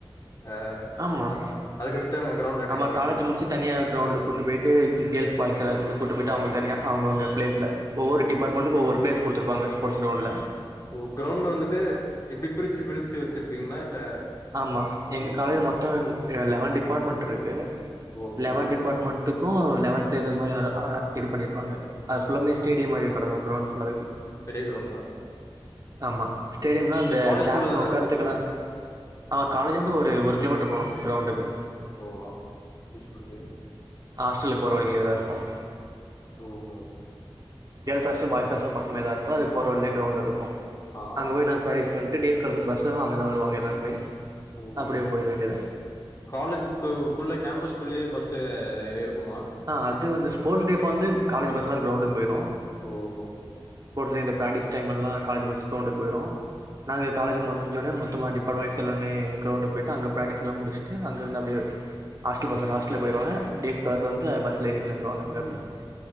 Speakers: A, on the left; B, on the right.
A: அ
B: ஆமா
A: அ அதுக்கடுத்து அங்க கிரௌண்டல ட்ரைனிங்கா
B: ஆமா காலேஜ் முடிச்சு தனியா கிரௌண்ட்ல கூட்டு போய்ட்டு கேர்ள்ஸ் பாய்ஸ் எல்லாத்தையுமே கூட்டு போய்ட்டு அவுங்க தனியா அவுங்கவுங்க பிளேஸ்ல ஒவ்வொரு
A: ஓ
B: டிபார்ட்மெண்ட்க்கும் ஒவ்வொரு ப்ளேஸ் குடுத்து இருப்பாங்க ஸ்போர்ட்ஸ் கிரௌண்ட்ல
A: ஓ கிரௌண்ட் வந்துட்டு எப்படி பிரிச்சு பிரிச்சு வச்சிருப்பீங்களா இல்ல
B: ஆமா எங்க
A: ஓ
B: காலேஜ்ல மொத்தோ லெவன் டிபார்ட்மெண்ட் இருக்கு
A: ஓகே
B: லெவன் டிபார்ட் அப்பார்ட்மெண்ட்டுக்கும் லெவன் பிளேசஸ் மாதிரி இது பண்ணியிருப்பாங்க அது ஃபுல்லாமே ஸடேடியம் மாதிரி கெடக்கும் க்ரௌண்டு ஃபுல்லாவே
A: பெரிய கிரௌண்டா
B: ஆமா ஸ்டேடியம்ல அந்த
A: காலேஜ்க்குள்ள
B: சார்ஸ்ல
A: தானே
B: உக்காந்துக்கலா
A: இருக்கு
B: ஆமா காலேஜ்ல இருந்து ஒரு ஒரு கிலோமீட்டர் போணும் கிரௌண்ட்டுக்கு
A: ஓ <unintelligible>
B: ஹாஸ்டலுக்கு போற வழியிலே தா இருக்கும்
A: ஓஹோ
B: கேர்ள்ஸ் ஹாஸ்டல் பாய்ஸ் ஹாஸ்டல் பக்கமே தா இருக்கும் அதுக்கு போற வழியிலே கிரௌண்ட் இருக்கும்
A: ஆ
B: அங்க போய் நாங்க ப்ரக்டிஸ் பண்ட்டு டேஸ்காலர்ஸும் பஸ்ல தா அவுங்க எல்லா வருவாங்க எல்லாருமே
A: ஓரு
B: அப்டியே போயிர வேண்டியதா
A: காலேஜுக்கு குள்ள கேம்பஸ்க்குள்ளே பஸ்சு இருக்குமா
B: ஆ அது வந்து ஸ்போர்ட்ஸ்டே அப்ப வந்து காலேஜ் பஸ்லா கிரௌண்டுக்கு போயிடும்
A: ஓஹோ
B: போட்லே இந்த பிரக்டிஸ் டைம் எல்லா காலேஜ் பஸ் கிரௌண்டுக்கு போயிரும் நாங்க காலேஜ் முடிஞ்சோனே மொத்தமா டிப்பார்ட்மென்ட் வைஸா எல்லாமே கிரவுண்டுக்கு போய்ட்டு அங்க பிரக்டிஸ்லா முடிச்சுட்டு அங்கருந்து அப்டியே ஹாஸ்டல் பசங்க ஹாஸ்டல் போயிருவாங்க டேஸ் காலர்ஸ் வந்து பஸ்ல எறி <unintelligible>
A: ம்